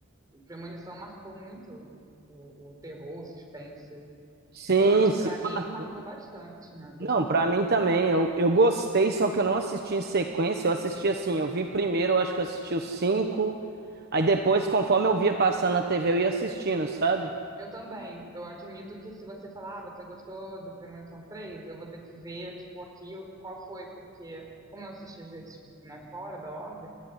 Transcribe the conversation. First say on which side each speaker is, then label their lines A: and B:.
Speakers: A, on the right (about 20°); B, on the right (about 50°).
A: o Premonição marcou muito o, o terror, o suspense,
B: sim,
A: pelo menos para
B: sim,
A: mim,
B: marcou.
A: marcou bastante, né, todo
B: Não, pra mim também. Eu, eu gostei, só que eu não assisti em sequência. Eu assisti assim, eu vi primeiro, eu acho que eu assisti os cinco. Aí depois, conforme eu via passando na TV, eu ia assistindo, sabe?
A: Eu também. Eu admito que se você falar, ah, você gostou do Premonição 3, eu vou ter que ver, tipo, aqui qual foi, porque como eu assisti às vezes, né, fora da ordem,